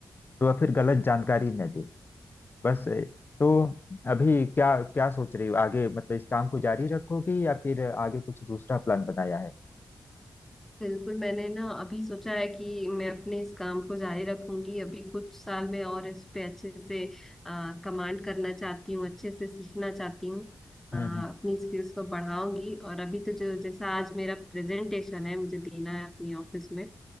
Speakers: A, on the left; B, in the centre.
A: तो वह फिर गलत जानकारी न दे बस ए, तो अभी क्या क्या सोच रही हो आगे मतलब इस काम को जारी रखोगी या फिर आगे कुछ दूसरा प्लान बनाया है
B: बिल्कुल मैंने ना अभी सोचा है कि मैं अपने इस काम को जारी रखूंगी अभी कुछ साल में और इस पे अच्छे से आ, कमांड करना चाहती हूँ अच्छे से सीखना चाहती हूँ
A: हम्म
B: आ,
A: हम्म
B: अपनी स्किल्स को बढ़ाऊंगी और अभी तो जो जैसा आज मेरा प्रेजेंटेशन है मुझे देना है अपनी ऑफिस में